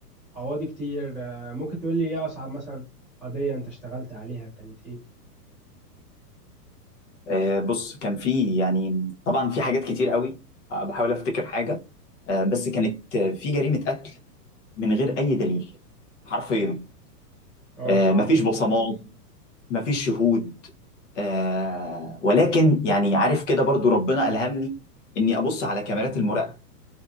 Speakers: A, in the centre; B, on the left.
A: قواضي كتير آه، ممكن تقول لي ايه اصعب مثلا قضية انت اشتغلت عليها كانت ايه
B: آه بص كان في يعني طبعا في حاجات كتير قوي آه، بحاول افتكر حاجه آه، بس كانت آه، في جريمة قتل من غير أي دليل حرفيا
A: اه
B: آه،
A: صعبة
B: مفيش
A: دي
B: بصمات مفيش شهود آه، ولكن يعني عارف كده برضو ربنا ألهمني إني أبص على كاميرات المراقبة